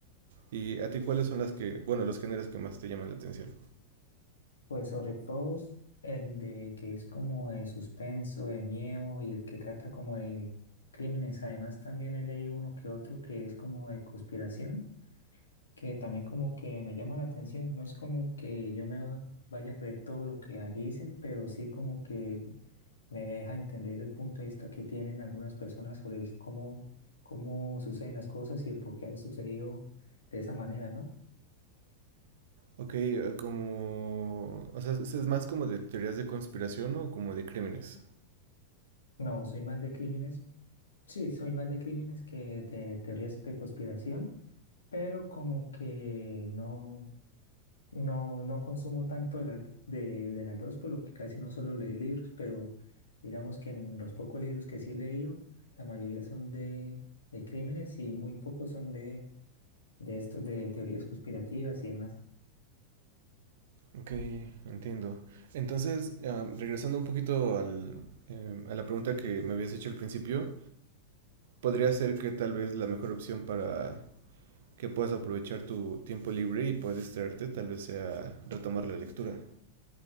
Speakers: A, on the right; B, on the left.
A: ¿Y a ti cuáles son las que, bueno, los géneros que más te llaman la atención?
B: Pues sobre todo el de que es como de suspenso, de miedo y el que trata como de crímenes. Además también he leído uno que otro que es como de conspiración, que también como que me llama la atención. No es como que yo me va- vaya a creer todo lo que allí dicen, pero sí como que me deja entender el punto de vista que tienen algunas personas sobre el cómo, cómo suceden las cosas y el por qué han sucedido de esa manera, ¿no?
A: Ok, eh, como... O sea, ¿es es más como de teorías de conspiración o como de crímenes?
B: No, soy más de crímenes. Sí, soy más de crímenes que de teorías de conspiración, pero como que no, no, no consumo tanto de, la- de, de las dos, por lo que casi no solo leer libros, pero digamos que en los pocos libros que sí he leído, la mayoría son de, de crímenes y muy pocos son de, de estos de teorías conspirativas y demás.
A: Ok, entiendo. Entonces, ah, regresando un poquito al, eh, a la pregunta que me habías hecho al principio, podría ser que tal vez la mejor opción para que puedas aprovechar tu tiempo libre y puedas distraerte, tal vez sea retomar la lectura.